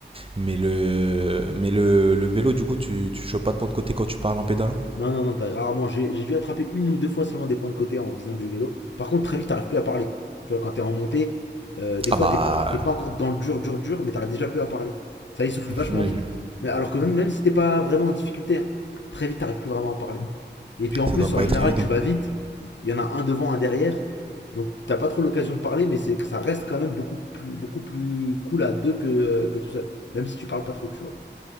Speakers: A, on the right (about 30°); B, on the left (about 75°).
A: Mais le, mais le, le vélo, du coup, tu, tu chopes pas de point de côté quand tu parles en pédalant?
B: Non, non, non, t'as rarement. J'ai j'ai dû attraper une ou deux fois seulement des points de côté en faisant du vélo. Par contre, très vite, t'arrives plus à parler. Tu vois, quand t'es en montée, euh, des
A: Ah
B: fois,
A: bah,
B: t'es pas, t'es pas encore dans le dur, dur, dur, mais t'arrives déjà plus à parler. Ça essouffle vachement
A: Oui,
B: vite. Mais alors que même, même si t'es pas vraiment en difficulté, hein, très vite, t'arrives plus vraiment à parler. Et puis en
A: ça
B: plus,
A: doit pas
B: en général,
A: être évident.
B: tu vas vite. Il y en a un devant, un derrière. Donc t'as pas trop l'occasion de parler, mais c'est ça reste quand même beaucoup plus, beaucoup plus cool à deux que, euh, que tout seul. Même si tu parles pas trop, tu vois.